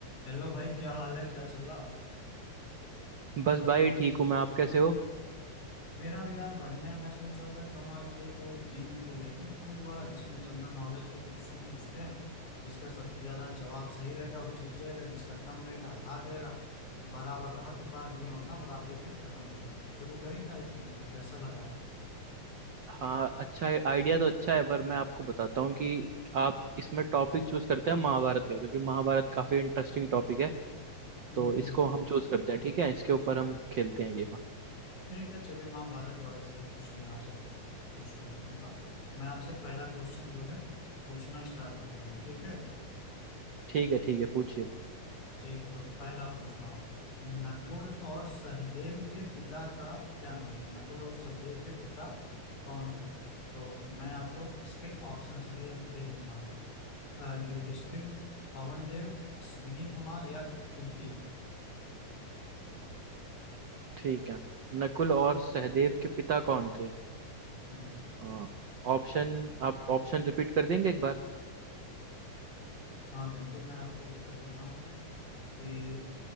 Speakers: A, on the left; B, on the right.
A: Hello भाई क्या हाल है क्या चल रहा
B: बस भाई ठीक हूँ मैं आप कैसे हो
A: मेरा भी यार बढ़िया है मैं सोच रहा था क्यों ना ये को गेम खेल लेते हैं क्विज वाला जिसमें जनरल नॉलेज के क्वेश्चन पूछते हैं जिसका सबसे ज्यादा जवाब सही रहेगा वो जीत जाएगा जिसका कम रहेगा हार जाएगा बराबर रहा तो बार गेम अपना बराबरी पे खत्म हो जाएगा शुरू करें क्या इस गेम को कैसा लगा आपको
B: हाँ अच्छा है आइडिया तो अच्छा है पर मैं आपको बताता हूँ कि आप इसमें टॉपिक चूज करते हैं महाभारत का क्योंकि महाभारत काफी इंटरेस्टिंग टॉपिक है
A: हम्म
B: तो
A: हम्म,
B: इसको
A: हम्म।
B: हम चूज करते हैं ठीक है इसके ऊपर हम खेलते हैं ये हाँ
A: ठीक है चलिए महाभारत वाले से एक क्वेश्चन मैं आपसे पूछ लेता हूँ मैं आपसे पहला क्वेश्चन जो है पूछना स्टार्ट करता हूँ ठीक है
B: ठीक है ठीक है पूछिए
A: ठीक है तो पहला पूछता हूँ नकुल और सहदेव के पिता का क्या नाम था नकुल और सहदेव के पिता कौन थे तो मैं आपको इसके ऑप्शंस भी अब दे देता हूँ अ, युधिष्ठिर पवन देव अश्विनी कुमार या कुंती
B: ठीक है नकुल और सहदेव के पिता कौन थे
A: हम्म,
B: हाँ ऑप्शन आप ऑप्शन रिपीट कर देंगे एक बार
A: हाँ बिल्कुल मैं आपको उत्तर देता हूँ कि